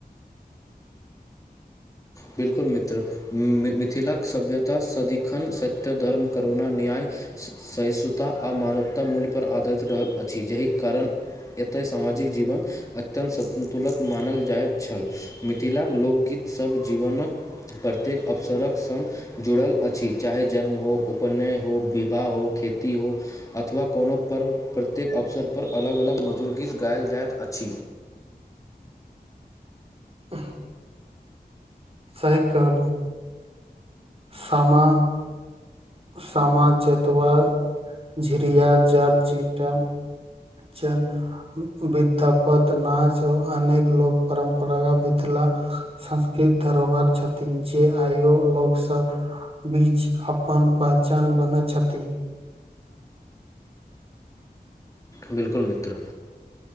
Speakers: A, on the left; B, on the right.
A: बिल्कुल मित्र मिथिलाक सभ्यता सदिखन सत्य धर्मके करुना न्याय सहिष्णुता आ मानवता मूल्य परर आधारित रहल अछि जाहि कारण एतय सामाजिक जीवन अत्यन्त संतुलत मानल जाइत छल मिथिलाक लोकगीतसभ जीवनक प्रत्येक अवसरक सङ्ग जुड़ल अछि चाहे जन्म हो उपनय हो विवाह हो खेती हो अथवा कोनो पर्व प्रत्येक अवसर पर अलग अलग मधुर गीत गा कल जाइत अछि
B: आ सही कहलहु सामा सामा चतवा झरिया जट जीटा चन विद्यापत नाच आर अनेक लोक परम्पराग मिथिला संस्कृत धरोहर छथिन जे आयो लोक सब बीच अपन पहचान बन छथिन
A: बिलकुल मित्र